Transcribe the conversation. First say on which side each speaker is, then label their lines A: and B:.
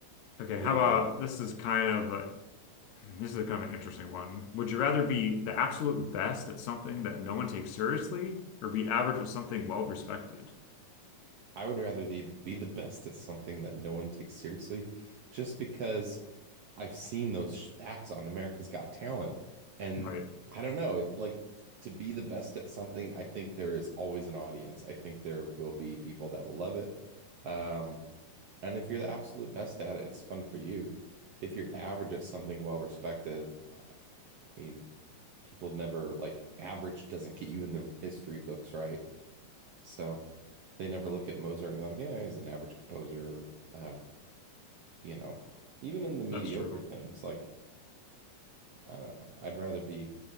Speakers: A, on the left; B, on the right.
A: Okay.
B: What
A: How
B: do
A: about
B: you got?
A: this is kind of a <clears throat> This is a kind of an interesting one. Would you rather be the absolute best at something that no one takes seriously, or be average at something well respected?
B: I would rather the, be the best at something that no one takes seriously, just because I've seen those acts on America's Got Talent, and
A: Right.
B: I don't know. It like to be the best at something. I think there is always an audience. I think there will be people that will love it. Um, and if you're the absolute best at it, it's fun for you. If you're average at something, well respected. I mean, people never like average doesn't get you in the history books, right? So they never look at Mozart and you're like, yeah, he's an average composer. Um, you know, even in the mediocre
A: That's true.
B: things, like I don't know, I'd rather be